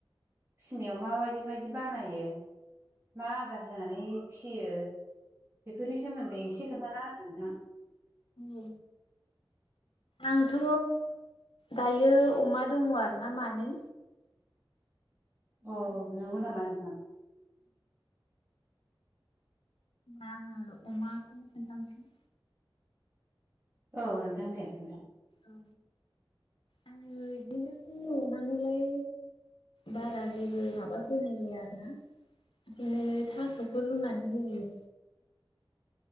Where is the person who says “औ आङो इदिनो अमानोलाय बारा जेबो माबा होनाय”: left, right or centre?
Left